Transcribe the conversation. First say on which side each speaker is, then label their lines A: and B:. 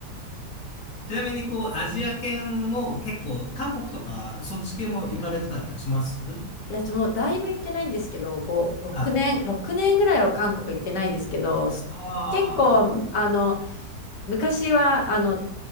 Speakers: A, on the left (about 55°); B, on the left (about 75°).
A: ちなみに、こう、アジア圏も結構、韓国とか、そっち系も行かれてたりはしますはい。
B: いや、ちょ、もうだいぶ行ってないんですけど、5、6年、
A: は
B: 6年ぐらいは韓国行ってないですけど、す結構、
A: あ。
B: あの、昔は、あの、